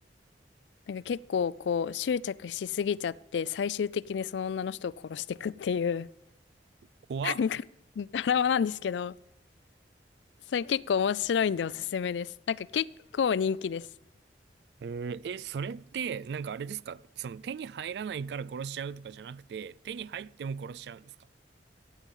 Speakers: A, on the left; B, on the right.
A: なんか結構こう執着しすぎちゃって最終的にその女の人を殺していくっていう
B: 怖っ。
A: なんかドラマなんですけどそれ結構面白いんでおすすめです。なんか結構人気です。
B: えー、え、それって、なんかあれですかその手に入らないから殺しちゃうとかじゃなくて、手に入っても殺しちゃうんですか